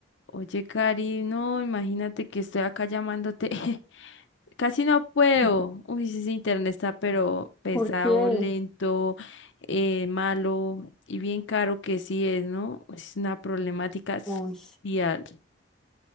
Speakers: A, on the left; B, in the centre.
A: Oye, Cari, no, imagínate que estoy acá llamándote. <laughs> Casi no puedo.
B: <laughs>
A: Uy, sí, ese internet está pero pesado,
B: Porque,
A: lento, eh, malo y bien caro que sí es, ¿no? Es una problemática social.
B: uy,